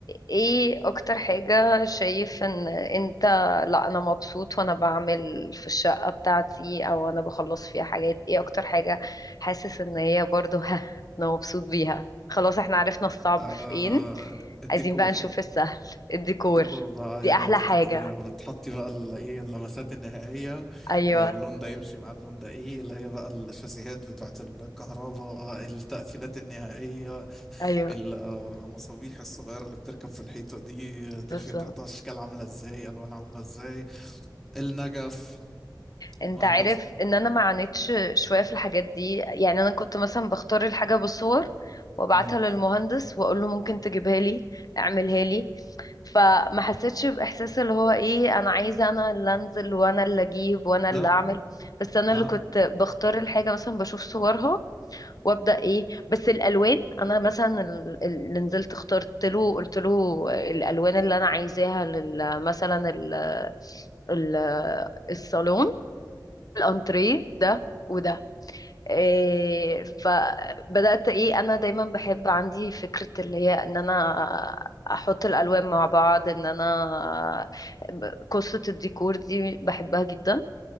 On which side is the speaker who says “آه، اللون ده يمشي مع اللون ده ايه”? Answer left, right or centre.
Centre